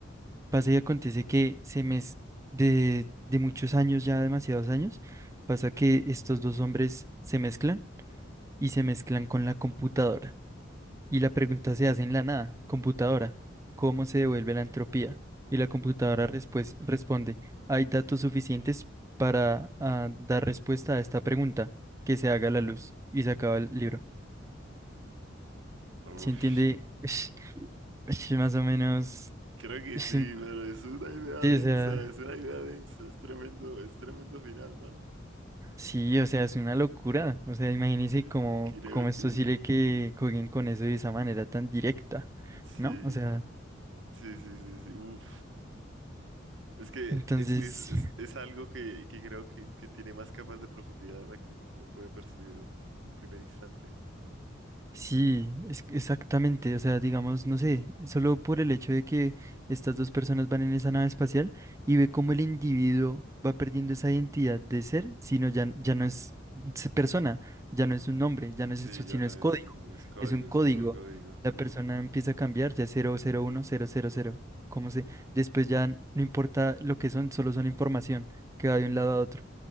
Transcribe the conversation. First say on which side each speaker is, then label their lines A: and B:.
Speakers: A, on the right (about 15°); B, on the right (about 75°).
A: Pasa y acontece que se me es- de, de muchos años, ya demasiados años, pasa que estos dos hombres se mezclan y se mezclan con la computadora. Y la pregunta se hace en la nada, computadora, ¿cómo se devuelve la entropía? Y la computadora respues- responde, hay datos suficientes para ah, dar respuesta a esta pregunta, que se haga la luz. Y se acaba el libro.
B: Uf.
A: ¿Se entiende? <laughs> Ush, ush, más o menos.
B: Creo que
A: ush,
B: sí, pero es una idea
A: sí,
B: densa,
A: o sea.
B: es una idea densa, es tremendo, es tremendo final, ¿no?
A: Sí, o sea, es una locura. O sea, imagínense
B: Eh,
A: cómo,
B: creo
A: cómo
B: que
A: es posible que jueguen con eso de esa manera tan directa,
B: sí,
A: ¿no? O sea,
B: sí, sí, sí, sí, uf. Es que,
A: entonces,
B: es que es, es- es algo que, que creo que, que tiene más capas de profundidad de la que uno puede percibir en un primer instante.
A: Sí, es- exactamente. O sea, digamos, no sé, solo por el hecho de que estas dos personas van en esa nave espacial y ve cómo el individuo va perdiendo esa identidad de ser, sino ya, ya no es s- persona, ya no es un nombre, ya no
B: Sí,
A: es eso, sino
B: ya no
A: es
B: es,
A: código.
B: es código,
A: Es un código.
B: es puro código.
A: La persona empieza a cambiar, ya es cero cero, uno cero cero cero. ¿Cómo se? Después ya no importa lo que son, solo son información que va de un lado a otro.